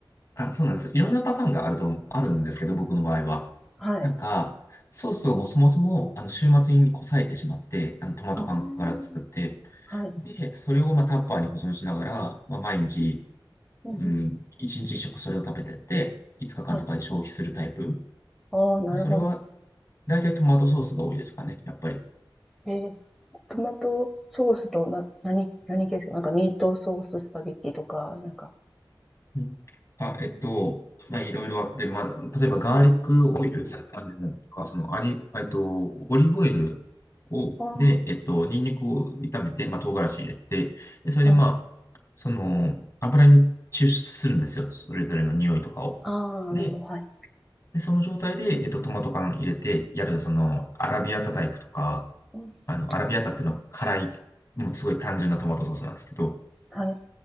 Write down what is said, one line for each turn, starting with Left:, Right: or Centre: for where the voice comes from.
Left: あ、そうなんです。いろんなパターンがあると、あるんですけど、僕の場合は。
Centre: はい。
Left: なんか、ソースをもうそもそも、あの、週末にこさえてしまって、あの、トマト缶から作って、
Centre: ああ、はい。
Left: で、それを、まあ、タッパーに保存しながら、まあ、毎日、
Centre: うんうんうん、
Left: うん、1日1食それを食べてって、5日間とかで消費するタイプ。
Centre: はい。ああ、なるほど。
Left: それは、大体トマトソースが多いですかね、やっぱり。
Centre: えー、トマトソースとな、何、何系ですかなんかミートソーススパゲッティとか、なんか。
Left: うんあ、えっと、まあ、いろいろあって、まあ、例えばガーリックオイルあれなんか、
Centre: え、
Left: その、あり、えっと、オリーブオイルを、
Centre: あ
Left: で、えっと、ニンニクを炒めて、まあ、唐辛子入れて、で、それで、
Centre: あ、はい
Left: まあ、その、油に抽出するんですよ。それぞれの匂いとかを。
Centre: ああ、
Left: で、
Centre: なるほど。はい。
Left: でその状態で、えっと、トマト缶入れて、やる、その、アラビアタタイプとか、
Centre: そ
Left: あの、アラビアタっていうのは辛い、もうすごい単純なトマトソースなんですけど、
Centre: はい。